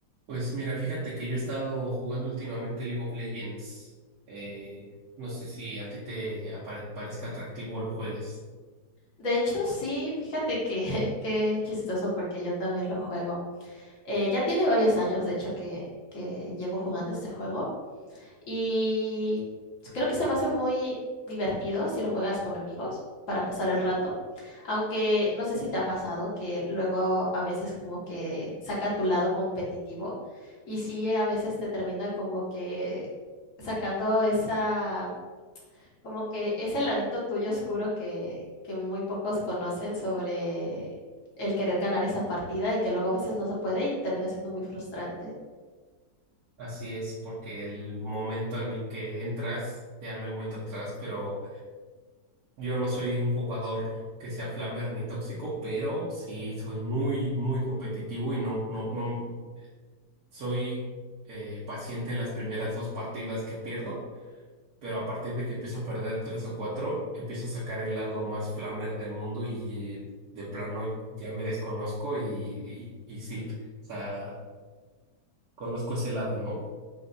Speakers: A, on the right (about 60°); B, on the left (about 50°).
A: Pues mira, fíjate que yo he estado jugando últimamente League of Legends. Eh, no sé si a ti te apare- parezca atractivo o lo juegues.
B: De hecho, sí, fíjate que <laughs> qué chistoso porque yo también lo juego. Eh, ya tiene varios años, de hecho, que, que llevo jugando este juego y creo que se me hace muy divertido si lo juegas con amigos para pasar el rato. Aunque no sé si te ha pasado que luego a veces como que saca tu lado competitivo y sí, a veces te termina como que sacando esa como que ese ladito tuyo oscuro que, que muy pocos conocen sobre el querer ganar esa partida y que luego a veces no se puede y termina siendo muy frustrante.
A: Así es, porque el momento en el que entras ya no hay vuelta atrás, pero yo no soy un jugador que sea flamber ni tóxico, pero sí soy muy, muy competitivo y no, no, no soy eh, paciente en las primeras dos partidas que pierdo pero a partir de que empiezo a perder tres o cuatro, empiezo a sacar el lado más flamer del mundo y eh, de plano ya me desconozco y, y, y sí, o sea, conozco ese lado, ¿no?